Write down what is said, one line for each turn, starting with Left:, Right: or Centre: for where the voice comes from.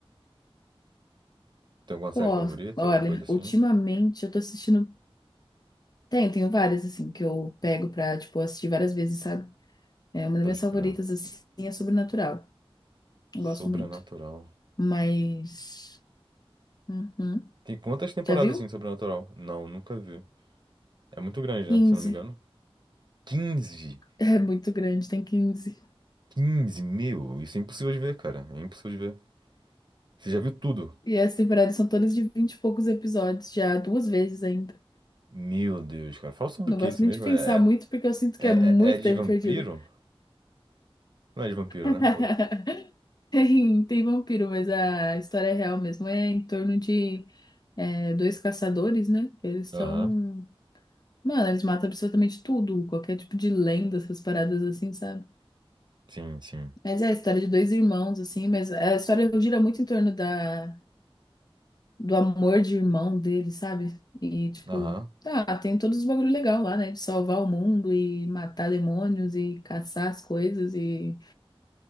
Right: Tem alguma série
Left: Pô,
Right: favorita?
Left: olha,
Right: Alguma coisa assim?
Left: ultimamente eu tô assistindo. Tem, tenho várias, assim, que eu pego pra, tipo, assistir várias vezes, sabe? É uma das
Right: Pode
Left: minhas favoritas,
Right: crer.
Left: assim, é Sobrenatural. Eu Gosto
Right: Sobrenatural.
Left: muito. Mas. Uhum.
Right: Tem quantas temporadas
Left: Já viu?
Right: assim, Sobrenatural? Não, nunca vi. É muito grande,
Left: Quinze
Right: né? Se eu não me engano. quinze
Left: É muito grande, tem quinze
Right: quinze meu! Isso é impossível de ver, cara. É impossível de ver. Você já viu tudo?
Left: E as temporadas são todas de 20 e poucos episódios, já duas vezes ainda.
Right: Meu Deus, cara. Fala sobre
Left: Não
Right: o que
Left: gosto
Right: isso
Left: nem
Right: mesmo?
Left: de pensar
Right: É,
Left: muito, porque eu sinto
Right: é,
Left: que é muito
Right: é, é de
Left: tempo
Right: vampiro?
Left: perdido.
Right: Não é de vampiro,
Left: <laughs>
Right: né? Ou-
Left: Tem, tem vampiro, mas a história é real mesmo. É em torno de é, dois caçadores, né? Eles são.
Right: Aham.
Left: Mano, eles matam absolutamente tudo, qualquer tipo de lenda, essas paradas assim, sabe?
Right: Sim, sim.
Left: Mas é a história de dois irmãos, assim, mas a história gira muito em torno da do amor de irmão dele, sabe? E, tipo,
Right: Aham.
Left: ah, tem todos os bagulho legal lá, né? De salvar o mundo e matar demônios e caçar as coisas e